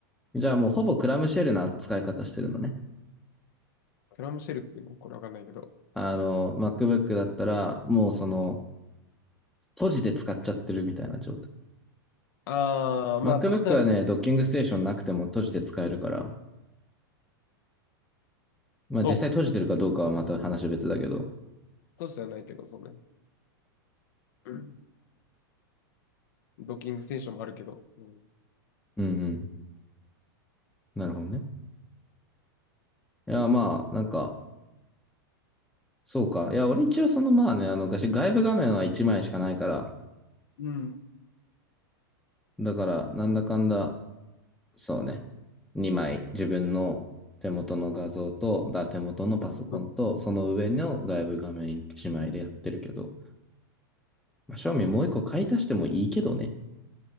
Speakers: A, in the centre; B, on the left.
A: じゃあもうほぼクラムシェルな使い方してるのね。
B: クラムシェルっていうのこれわかんないけど、
A: あの、MacBook だったら、もうその、閉じて使っちゃってるみたいな状態。
B: ああ、まあ、
A: MacBook
B: 都市ではない、
A: はね、ドッキングステーションなくても閉じて使えるから、まあ実際閉じてるかどうかはまた話別だけど。
B: お、都市ではないけど、そうね。うんドッキングステーションもあるけど。うん。
A: うんうん。なるほどね。いや、まあ、なんか、そうか。いや、俺一応そのまあね、あの、昔外部画面は1枚しかないから、
B: うん。
A: だから、なんだかんだ、そうね。2枚、自分の手元の画像と、だ、手元のパソコンと、
B: うん
A: その上の外部画面1枚でやってるけど、まあ、正味もう1個買い足してもいいけどね。